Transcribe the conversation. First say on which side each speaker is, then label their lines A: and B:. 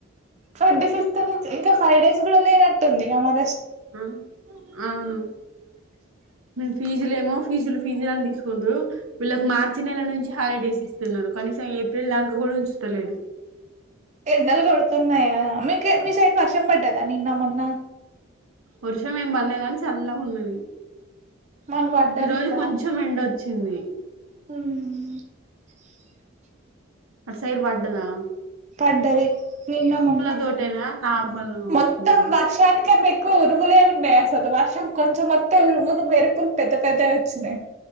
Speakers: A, on the right; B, on the right.
A: ట్వంటీ ఫిఫ్త్ నుంచి ఇంకా ఫైవ్ డేస్ గూడా లేనట్టుందిగ మరే
B: ఉమ్అవును
A: <inaudible>
B: మేము ఫీజులు ఏమో ఫీజులు ఫీజులని తీసుకుండ్రు వీళ్ళకి మార్చి నెల నుంచి హాలిడేస్ ఇస్తున్నరు కనీసం ఏప్రిల్ దాంక గూడా ఉంచుతలేడు
A: ఎండలు కొడుతున్నాయా గదా మీ మీ సైడ్ వర్షం బడ్డదా నిన్న మొన్న
B: వర్షం ఏం బడ్లే గాని చల్లగున్నది
A: మాకు పడ్డది
B: ఈ రోజు
A: ఇక్కడ
B: కొంచెం ఎండొ చ్చింది
A: ఉమ్
B: అట్ సైడ్ బడ్డదా
A: పడ్డది నిన్న మొన్నా
B: తోటేనా నార్మల్ వర్షమేనా
A: మొత్తం దర్షానికన్నా ఎక్కువ ఉరుములే ఉన్నయ్ అ వర్షం కొంచెం వత్తే ఉరుములు మెరు పుల్ పెద్ద పెద్ద వచ్చినాయి